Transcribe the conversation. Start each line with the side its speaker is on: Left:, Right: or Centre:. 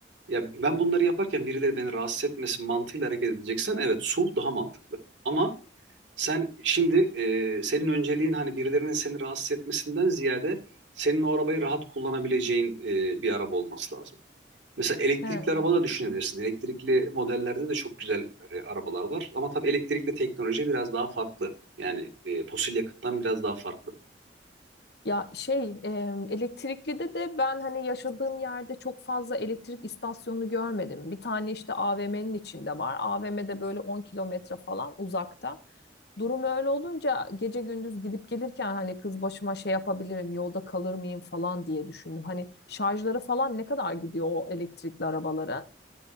Right: ya ben bunları yaparken birileri beni rahatsız etmesin mantığıyla hareket edeceksen evet su daha mantıklı. Ama sen şimdi e, senin önceliğin hani birilerinin seni rahatsız etmesinden ziyade senin o arabayı rahat kullanabileceğin e, bir araba olması lazım. Mesela elektrikli
Left: He.
Right: araba da düşünebilirsin. Elektrikli modellerde de çok güzel e, arabalar var. Ama tabii elektrikli teknoloji biraz daha farklı. Yani e, fosil yakıttan biraz daha farklı.
Left: Ya şey e, elektrikli de ben hani yaşadığım yerde çok fazla elektrik istasyonu görmedim. Bir tane işte AVM'nin içinde var. AVM'de böyle 10 kilometre falan uzakta. Durum öyle olunca gece gündüz gidip gelirken hani kız başıma şey yapabilirim, yolda kalır mıyım falan diye düşündüm. Hani şarjları falan ne kadar gidiyor o elektrikli arabaların?